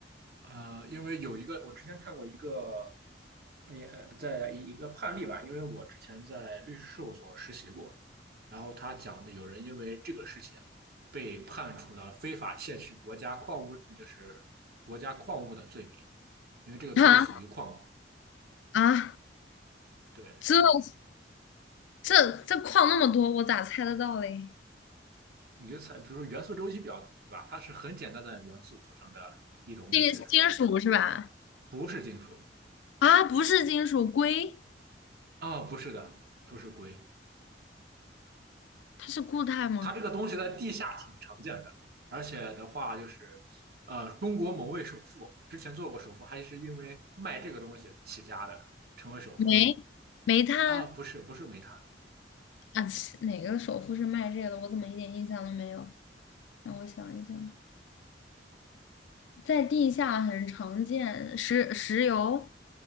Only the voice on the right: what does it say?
呃，因为有一个我之前看过一个也在一一个判例吧，因为我之前在律师事务所实习过，然后他讲的有人因为这个事情被判处了非法窃取国家矿物，就是国家矿物的罪名，因为这个东西属于矿物
对，
你就猜，比如说元素周期表，对吧？它是很简单的元素组成的一种物质，
不是金属
啊、不是的，不是硅。
它这个东西在地下挺常见的，而且的话就是，呃，中国某位首富之前做过首富，还是因为卖这个东西起家的，成为首富的
啊、不是，不是煤炭，